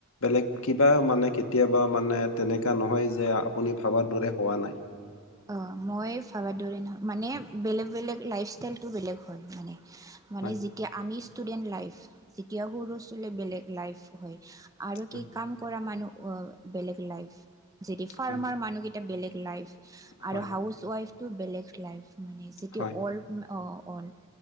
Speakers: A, on the left; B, on the right.
A: বেলেগ কিবা মানে কেতিয়াবা মানে তেনেকা নহয় যে আপুনি ভাৱাৰ দৰে হোৱা নাই
B: অঁ মই ভাবা দৰে ন। মানে বেলেগ বেলেগ লাইফ ষ্টাইলটো বেলেগ হয় মানে মানে
A: হয়
B: যেতিয়া আমি ষ্টুডেন্ট লাইফ এতিয়া সৰু ছোৱালী বেলেগ লাইফ হয় আৰু
A: হয়
B: কি কাম কৰা মানু অ বেলেগ লাইফ যদি ফাৰ্মাৰ
A: হয়
B: মানু গি বেলেগ লাইফ আৰু
A: হয়
B: হাউচ ৱাইফটো বেলেগ লাইফ মানে যদি
A: হয়
B: অল অঁ অ'ল